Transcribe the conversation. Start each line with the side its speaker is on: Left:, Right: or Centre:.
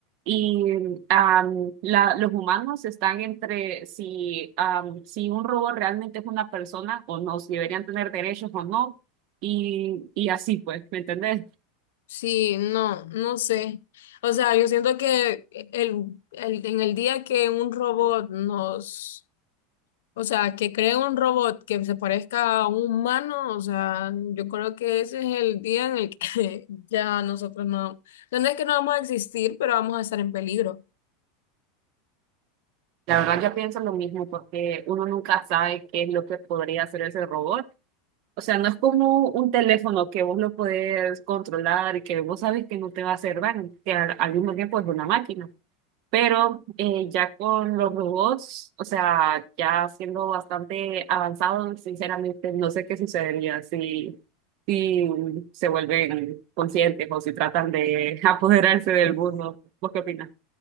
Right: y am, la- los humanos están entre si, am, si un robot realmente es una persona o no, si deberían tener derechos o no, y, y así pues, ¿me entendés?
Left: Sí, no, no sé. O sea, yo siento que el, el, en el día que un robot nos O sea, que cree un robot que se parezca a un humano, o sea, yo creo que ese es el día en el que <laughs> ya nosotros no, no es que no vamos a existir, pero vamos a estar en peligro.
Right: La verdad yo pienso lo mismo porque uno nunca sabe qué es lo que podría hacer ese robot. O sea, no es como un teléfono que vos lo podés controlar y que vos sabes que no te va a hacer daño, que al, al mismo tiempo es una máquina. Pero eh, ya con los robots, o sea, ya siendo bastante avanzados, sinceramente no sé qué sucedería si, si se vuelven conscientes o si tratan de <laughs> apoderarse del mundo. ¿Vos qué opinas?